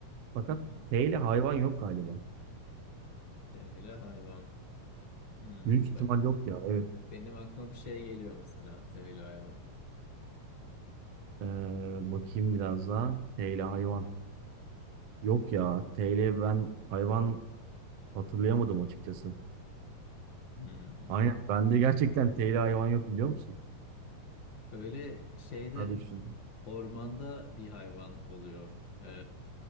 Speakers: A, on the right (about 60°); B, on the left (about 45°).
A: Fakat
B: Hmm.
A: T ile hayvan yok galiba.
B: Hele hayvan. Hmm,
A: Büyük ihtimal
B: bak
A: yok ya. Evet.
B: benim aklıma bir şey geliyor mesela hele hayvan.
A: Ee, bakayım biraz daha. T ile hayvan. Yok ya. T ile ben hayvan hatırlayamadım açıkçası.
B: Hmm.
A: Aynen. Bende gerçekten T ile hayvan yok biliyor musun?
B: Böyle şeyde
A: Hadi düşündüm.
B: ormanda bir hayvan oluyor. Ee,